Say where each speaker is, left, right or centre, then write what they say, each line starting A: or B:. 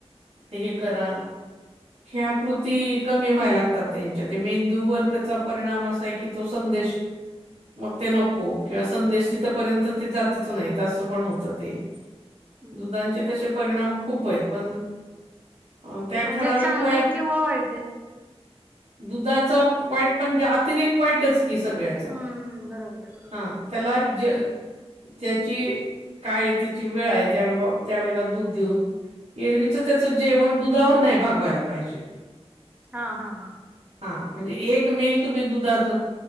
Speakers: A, on the right; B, on the right.
A: ते हे करा ह्या कृती कमी व्हाय लागतात त्यांच्या ते मेंदूवर त्याचा परिणाम असा आहे की मूकसंदेश मग ते नको की संदेश तिथपर्यंत ते जातच नाही असं पण होतं ते.
B: हम्म
A: दुधांचे
B: हम्म
A: तशे परिणाम खूप आहेत पण ह त्या
B: म्हणजे
A: ठराविक
B: चांगले
A: वया
B: किंवा वाईट आहेत
A: दुधाचा वाईट म्हणजे अतिरेत वाईटच की सगळ्याचा
B: हम्म हम्म बरोबर आहे बरोबर
A: हा. त्याला ज त्याची काय त्याची वेळ आहे त्या त्यावेेळेला दूध देऊन एरवीचं त्याचं जेवण दुधावर नाही भागवायला पाहिजे.
B: हा हा हा.
A: हा म्हणजे एक मिल तुम्ही दुधाच